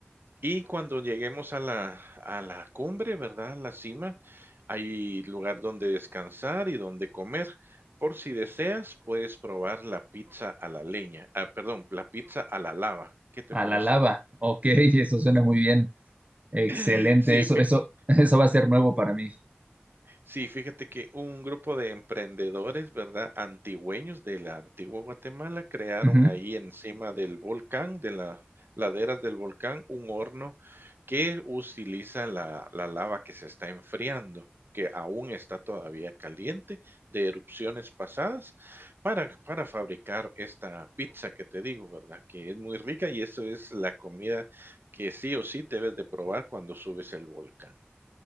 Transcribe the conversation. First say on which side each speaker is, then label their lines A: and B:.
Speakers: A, on the right (about 60°); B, on the right (about 35°).
A: Y cuando lleguemos a la, a la cumbre, ¿verdad? A la cima, hay lugar donde descansar y donde comer. Por si deseas, puedes probar la pizza a la leña. Ah, perdón, la pizza a la lava. ¿Qué te
B: A
A: parece?
B: la lava. Ok, <laughs> eso suena muy bien. Excelente.
A: <laughs> Sí,
B: Eso,
A: fíjate.
B: eso, <laughs> eso va a ser nuevo para mí.
A: Sí, fíjate que un grupo de emprendedores, ¿verdad? Antigüeños de la antigua Guatemala crearon
B: Ujú.
A: ahí encima del volcán, de las laderas del volcán, un horno que utiliza la, la lava que se está enfriando, que aún está todavía caliente de erupciones pasadas, para, para fabricar esta pizza que te digo, ¿verdad? Que es muy rica y eso es la comida que sí o sí debes de probar cuando subes el volcán.